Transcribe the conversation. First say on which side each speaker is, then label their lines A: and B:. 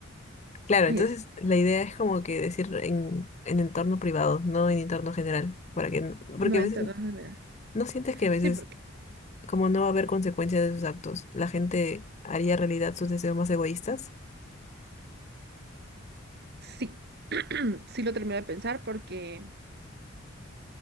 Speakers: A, on the left; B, on the right.
A: Claro,
B: es-
A: entonces la idea es como que decir en, en entorno privado, no en entorno general, para que, n- porque
B: no
A: a
B: entra
A: veces
B: de manera.
A: no sientes que a veces
B: Sí, porque,
A: como no va a haber consecuencias de sus actos, la gente haría realidad sus deseos más egoístas.
B: sí, <clears throat> sí lo termino de pensar porque,